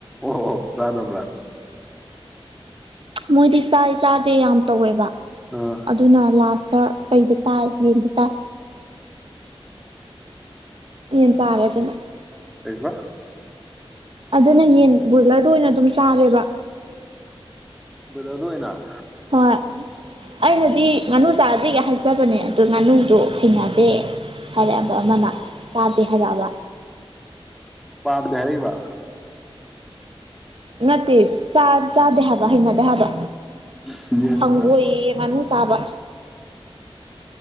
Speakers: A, in the centre; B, on the right.
A: ꯑꯣ ꯔꯥꯗꯕ꯭ꯔꯥ
B: ꯃꯣꯏꯗꯤ ꯆꯥꯏ ꯆꯥꯗꯦ ꯌꯥꯝ ꯇꯧꯋꯦꯕ
A: ꯑꯥ
B: ꯑꯗꯨꯅ ꯂꯥꯁꯇ ꯀꯩꯗ ꯇꯥꯏ ꯌꯦꯟꯗ ꯇꯥꯏ ꯌꯦꯟ ꯆꯥꯉꯦꯗꯨꯅ
A: ꯀꯀ
B: ꯑꯩꯅ ꯌꯦꯟ ꯕ꯭ꯔꯣꯏꯂꯔꯗ ꯑꯣꯏꯅ ꯑꯗꯨꯝ ꯆꯥꯔꯦꯕ
A: ꯆ ꯑꯣꯏꯅ
B: ꯍ ꯑꯅ ꯉꯥꯨ ꯆꯥꯖ ꯌꯥ ꯍꯥꯏꯐꯠ ꯕꯅꯦ ꯑꯗꯣ ꯉꯥꯅꯨꯗꯣ ꯈꯅꯗꯦ ꯍꯥꯏꯔꯛꯑꯕ ꯑꯃꯅ ꯆꯥꯗꯦ ꯍꯥꯏꯔꯛꯑꯕ
A: ꯄꯥꯕꯗꯔ ꯋꯥ
B: ꯅꯠꯇꯦ ꯆꯥꯗꯦ ꯍꯥꯏꯕ ꯍꯩꯅꯗꯦ ꯍꯥꯏꯕ
A: ꯁꯤꯖꯥ
B: ꯍꯪꯒꯣꯏꯌꯦ ꯉꯥꯅꯨ ꯆꯥꯕ